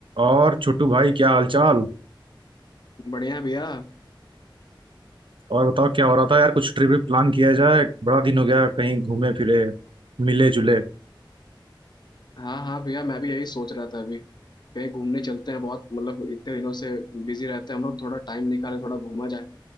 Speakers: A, on the right; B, on the left.
A: और छोटू भाई क्या हालचाल
B: बढ़िया है भैया
A: और बताओ क्या हो रहा था यार कुछ ट्रिप व्रिप प्लान किया जाए बड़ा दिन हो गया कहीं घूमे फिरे मिले जुले
B: हाँ हाँ भैया मैं भी यही सोच रहा था अभी कहीं घूमने चलते हैं बहुत मतलब इतने दिनों से बिजी रहते हैं हम लोग थोड़ा टाइम निकाले थोड़ा घूमा जाए